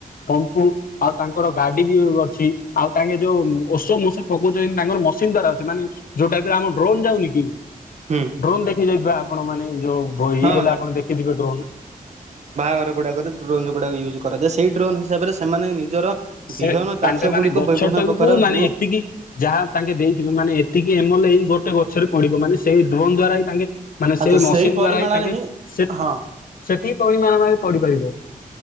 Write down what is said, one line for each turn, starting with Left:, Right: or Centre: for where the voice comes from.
Left: ପମ୍ପୁ ଆଉ ତାଙ୍କର ଗାଡି ବି ଅଛି। ଆଉ ତାଙ୍କେ ଯୋଉ ଓଷ ମଷ ପକଉଛନ୍ତି। ତାଙ୍କର ମ ଦାରା ଅଛି। ମାନେ ଯୋଉ ଆ ଡ୍ରୋନ୍ ଯାଉନି କି।
Right: ହୁଁ
Left: ଡ୍ରୋନ୍ ଦେଖି ଯାଇଥିବା ଆପଣ ମାନେ। ଯୋଉ ଇଏ
Right: ହଁ
Left: ହେଲା ଆପଣ ଦେଖିଥିବେ ଡ୍ରୋନ୍।
Right: ର ଗୁଡା ଡ୍ରୋନ ୟୁଜ୍ କରାଯାଏ। ସେଇ ଡ୍ରୋନ ହିସାବରେ, ସେମାନେ ନିଜର
Left: ସେ,
Right: ବିହନ ଚାଷ
Left: ତାଙ୍କ ମାନେ
Right: ଗୁଡ଼ିକୁ
Left: ଗଛ
Right: ବିଭିନ୍ନ
Left: ଟାକୁ
Right: ପ୍ରକାର
Left: ମାନେ
Right: ସବୁ
Left: ଏତିକି ଯାହା ତାଙ୍କେ ଦେଇଥିବେ ମାନେ ଏତିକି ଏମଲେ, ଏଇ ଗୋ ଗଛରେ ପଡିବ। ମାନେ ସେଇଡ୍ରୋନ୍ ଦ୍ଵା ତାଙ୍କେ ମାନେ
Right: ଆଚ୍ଛା
Left: ସେ ମସିନ୍
Right: ସେଇ ପରିମାଣରେ
Left: ଦ୍ଵାରା ହିଁ ତାଙ୍କେ ସେ
Right: ହଁ
Left: ସେଠପଣ ମାନ ପଡିିପାରିବେ।